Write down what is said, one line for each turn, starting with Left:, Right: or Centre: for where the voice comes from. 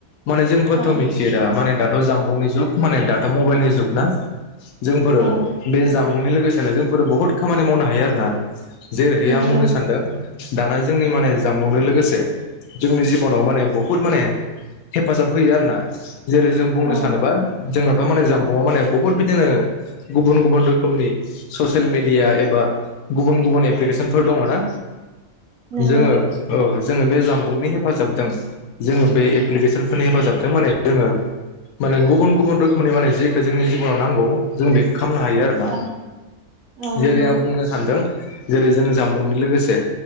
Left: माने जोंफोरथ'
Right: औ
Left: मिथियो दा माने दा जानबुंनि जुग माने दाथ' मबाइलनि जुग ना जोंफोरो
Right: औ
Left: बे जाम बुंनि लोगोसेनो जोंफोर बुहुत खामानि मावनो हायो आरोना। जेरै
Right: नंगौ
Left: आं बुंनो सानदों दाना जोंनि माने जामबुंनो लोगोसे जोंनि जिबनाव माने बहुद माने हेफाजाब होयो आरोना। जेरै जों बुंनो
Right: औ
Left: सानोबा जोंनाथ' माने जामबुंआ माने बुहुत बिदिनो गुबुन गुबुन रो खोमनि ससेल मिडिया एबा गुबुन गुबुन एप्लिकेसनफोर दङ ना।
Right: नंगौ
Left: जोङो औ जोङो बे जामबुंनि हेफाजाबजों जोङो बे एप्लिकेसनफोरनि हेफाजाबजों माने जोङो माने गुबुन गुबुन रोखोमनि माने जेखौ जोंनि जिबनाव नांगौ जों बेखौ खामनो हायो आरो ना।
Right: औ औ
Left: जेरै
Right: नंगौ
Left: आं बुंनो सानदों जेरै जों जामबुंनि लोगोसे